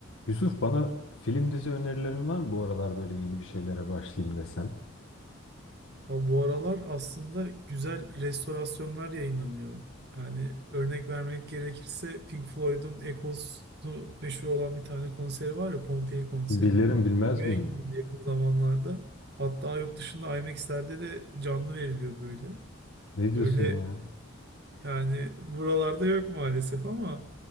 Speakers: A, on the left (about 70°); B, on the right (about 50°).
A: Yusuf bana film dizi önerilerin var mı bu aralar böyle yeni bir şeylere başlayayım desem?
B: Ya bu aralar aslında güzel restorasyonlar yayınlanıyor. Yani örnek vermek gerekirse Pink Floyd'un Echoes'u meşhur olan bir tane konseri var ya Pompeii konseri.
A: Bilirim bilmez
B: Bu yayınlandı
A: miyim?
B: yakın zamanlarda. Hatta yurt dışında IMAX'lerde de canlı veriliyor böyle.
A: Ne
B: Öyle
A: diyorsun ya?
B: yani buralarda yok maalesef ama